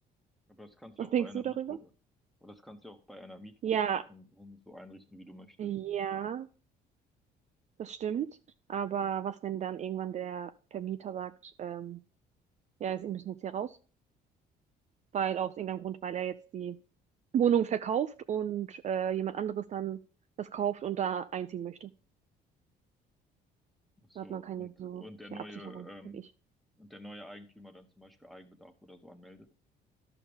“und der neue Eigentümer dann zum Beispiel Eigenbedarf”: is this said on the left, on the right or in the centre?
Centre